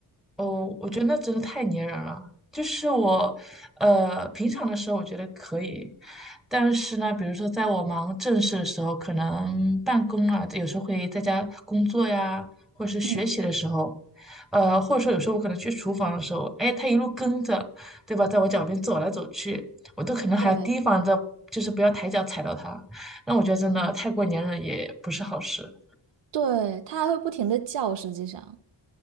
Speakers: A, in the centre; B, on the right.
A: 哦，我觉得那真的太粘人了。就是我，呃，平常的时候我觉得可以，但是呢，比如说在我忙正事的时候，可能办公啊，有时候会在家工作呀，或者是学习的时候，
B: 嗯
A: 呃，或者说有时候我可能去厨房的时候，哎，他一路跟着，对吧，在我脚边走来走去，我都可能还要提防着，
B: 对。
A: 就是不要抬脚踩到他。那我觉得真的太过粘人也不是好事。
B: 嗯。对，它还会不停的叫，实际上，